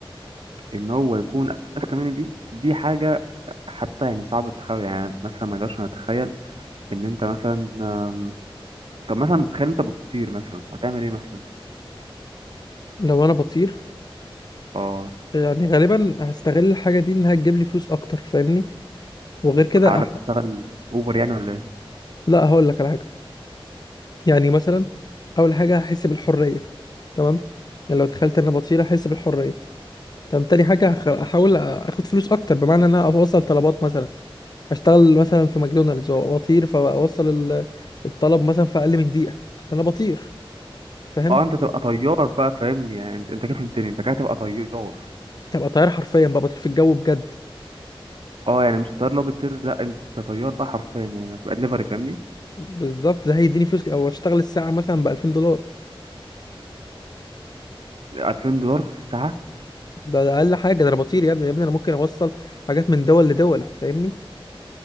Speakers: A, on the right; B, on the left.
A: ان هو يكون اذكى مني دي دي حاجه حتى يعني صعب التخيل يعني مثلا ما اقدرش نتخيل ان انت مثلا أم، طب مثلا تخيل انت بتطير مثلا هتعمل ايه مثلا
B: لو انا بطير
A: اه
B: يعني غالبا هستغل الحاجه دي انها تجيب لي فلوس اكتر فاهمني وغير كده
A: على
B: أح...
A: تشتغل اوبر يعني ولا ايه
B: لا هقول لك على حاجه يعني مثلا اول حاجه هحس بالحريه تمام يعني لو تخيلت ان انا بطير هحس بالحريه طب تاني حاجة هخ- هحاول اخد فلوس اكتر بمعنى ان انا اوصل طلبات مثلا اشتغل مثلا في ماكدونالدز واطير فاوصل ال- الطلب مثلا في اقل من دقيقة انا بطير فاهم
A: اه انت تبقى طيار بقى فاهمني يعني انت كده فهمتني انت كده تبقى طيار
B: تبقى طيار حرفيا بقى بطير في الجو بجد
A: اه يعني مش طيار لو بتطير لا انت طيار بقى حرفيا يعني هتبقى دليفري فاهمني
B: بالظبط ده هيديني فلوس او اشتغل الساعة مثلا ب 2000 دولار
A: 2000 دولار في الساعه
B: ده, ده اقل حاجة ده انا بطير يا ابني يا ابني انا ممكن اوصل حاجات من دول لدول فاهمني